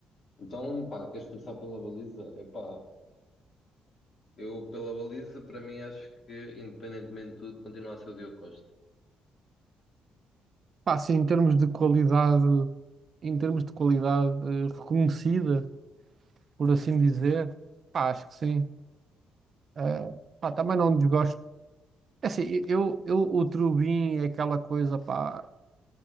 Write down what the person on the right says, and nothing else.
Pá, sim, em termos de qualidade, em termos de qualidade eh, reconhecida, por assim dizer, pá, acho que sim. Eh, pá, também não desgosto. É assim, eu, eu, o Trubin é aquela coisa, pá.